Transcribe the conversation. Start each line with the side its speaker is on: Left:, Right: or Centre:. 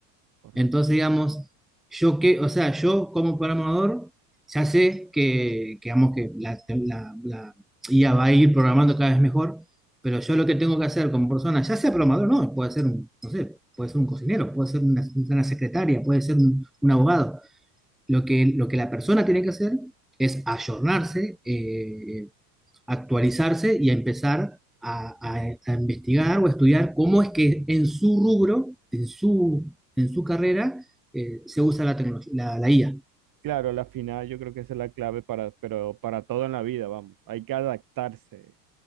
Right: correcto.
Centre: Entonces, digamos, yo que, o sea, yo como programador, ya sé que, que, digamos, que la, la- la IA va a ir programando cada vez mejor, pero yo lo que tengo que hacer como persona, ya sea programador, no, puede ser un, no sé, puede ser un cocinero, puede ser una, una secretaria, puede ser un, un abogado. Lo que, lo que la persona tiene que hacer es ayornarse, eh, actualizarse y a empezar a, a- a investigar o a estudiar cómo es que en su rubro, en su, en su carrera, eh, se usa la tecnología, la, la IA.
Right: Claro, la final yo creo que esa es la clave para, pero para todo en la vida, vamos. Hay que adaptarse.